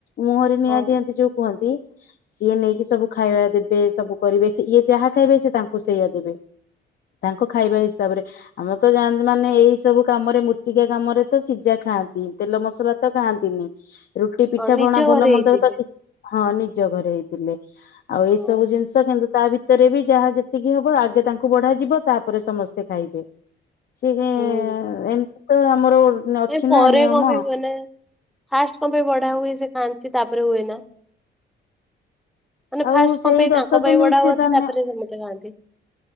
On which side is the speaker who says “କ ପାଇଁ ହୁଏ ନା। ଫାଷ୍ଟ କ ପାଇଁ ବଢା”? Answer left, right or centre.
Centre